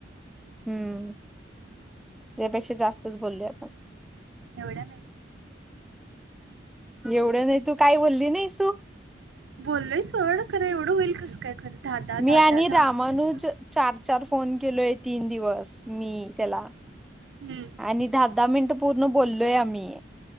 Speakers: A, in the centre; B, on the right.
A: हम्म, त्यापेक्षा जास्तच बोललोय.
B: एवढ्या म
A: एवढं नाही तू काही बोलली नाहीस तू?
B: बोललोय सोड. खरं एवढं होईल कस काय खरं. दहा दहा
A: मी
B: दहा
A: आणि
B: दहा दहा
A: रामानुज
B: मिनिट.
A: चार चार फोन केलोय तीन दिवस मी त्याला.
B: हम्म ह.
A: आणि दहा दहा मिनिटं पूर्ण बोललोय आम्ही.